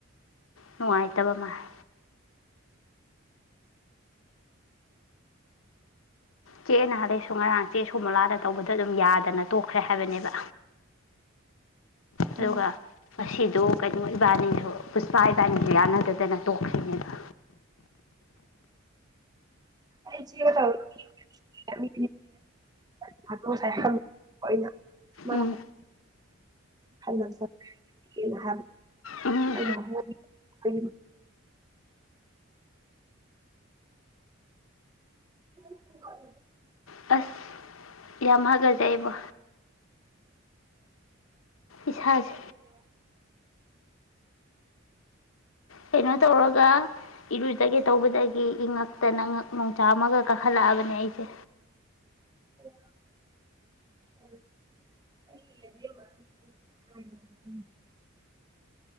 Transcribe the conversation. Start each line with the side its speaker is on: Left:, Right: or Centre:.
Left: ꯅꯨꯡꯉꯥꯏꯇꯕ ꯃꯥꯜꯂꯦ ꯆꯦꯅ ꯍꯗꯩꯁꯨ ꯉꯔꯥꯡ ꯆꯦ ꯁꯨ ꯃꯂꯥꯗ ꯇꯧꯕꯗ ꯑꯗꯨꯝ ꯌꯥꯗꯅ ꯇꯣꯛꯈ꯭ꯔꯦ ꯍꯥꯏꯕꯅꯦꯕ
Right: ꯎꯝ
Left: ꯑꯗꯨꯒ ꯉꯁꯤꯗꯨ ꯀꯩꯅꯣ ꯏꯕꯥꯅꯤꯅ ꯄꯨꯁꯄꯥ ꯏꯕꯥꯅꯤꯁꯨ ꯌꯥꯅꯗꯗꯅ ꯇꯣꯛꯈ꯭ꯔꯤꯅꯦꯕ
Right: ꯑꯩꯁ ꯇꯁꯦ ꯉꯁꯥꯏꯪ ꯃꯥ
Left: ꯎꯝ
Right: ꯍꯂꯣ ꯁꯥꯩꯅ
Left: ꯎꯝ
Right: ꯑꯩꯅ ꯍ ꯎ
Left: ꯑꯁ ꯌꯥꯝ ꯍꯒꯖꯩꯕꯣ ꯏꯁꯖꯦ ꯀꯩꯅꯣ ꯇꯧꯔꯒ ꯏꯔꯨꯖꯒꯦ ꯇꯧꯕꯗꯒꯤ ꯏꯉꯛꯇꯅ ꯉꯛ ꯅꯨꯡ ꯆꯥꯝꯃꯒ ꯀꯥꯈꯠꯂꯛꯑꯕꯅꯦ ꯑꯩꯁꯦ
Right: ꯑꯣ